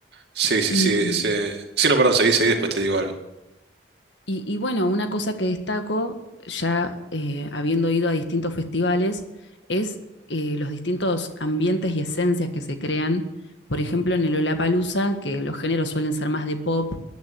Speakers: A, on the right; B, on the left.
A: Sí, sí,
B: Y,
A: sí, ese- Sí, no, perdón, seguí, seguí, después te digo algo.
B: y- y bueno, una cosa que destaco, ya eh, habiendo ido a distintos festivales, es eh, los distintos ambientes y esencias que se crean. Por ejemplo, en el Lollapalooza, que los géneros suelen ser más de pop,